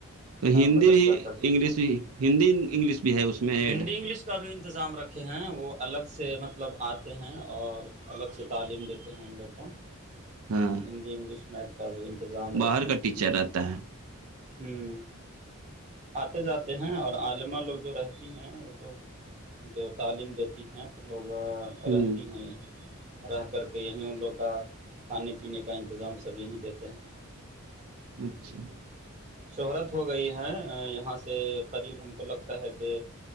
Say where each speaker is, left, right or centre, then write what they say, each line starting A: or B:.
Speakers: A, on the right; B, on the right.
A: تو ہندی
B: مدرسہ
A: بھی
B: کا جو
A: انگلش بھی ہندی انگلش بھی ہے اس میں ایڈ
B: ہندی انگلش کا بھی انتظام رکھے ہیں وہ الگ سے مطلب مطلب آتے ہیں اور الگ سے تعلیم دیتے ہیں ان لوگوں
A: ہاں
B: ہندی انگلش میتھ کا بھی انتظام
A: باہر
B: رکھیں
A: کا ٹیچر
B: کی ط
A: رہتا ہے
B: ہوں <unintelligible> آتے جاتے ہیں اور عاللما لوگ جو رہتی ہیں وہ لوگ جو تعلیم دیتی ہیں لوگ
A: ہوں
B: رہتی ہیں رہ کر کے یہیں ان لوگ کا کھانے پینے کا انتظام سب یہیں دیتے ہیں
A: اچھا <unintelligible>
B: شہرت ہو گئی ہے یہاں سے قریب ہم کو لگتا ہے کہ